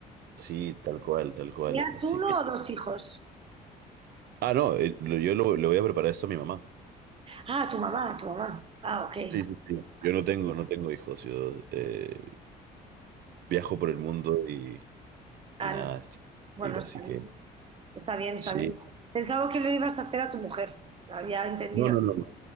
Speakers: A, on the right; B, on the right.
A: Sí, tal cual, tal cual.
B: ¿Tenías
A: Así
B: uno
A: que...
B: o dos hijos?
A: Ah, no, eh, lo- yo lo- le voy a preparar esto a mi mamá.
B: Ah, tu mamá, tu mamá. Ah, ok.
A: Sí, sí, sí.
B: Ah,
A: Yo no tengo, no tengo hijos. Yo eh, viajo por el mundo y,
B: Ah,
A: y nada,
B: no.
A: estoy
B: Bueno,
A: tranquilo,
B: está
A: así que
B: bien, está bien, está
A: sí.
B: bien. Pensaba que lo ibas a hacer a tu mujer, lo había entendido.
A: No, no, no. no.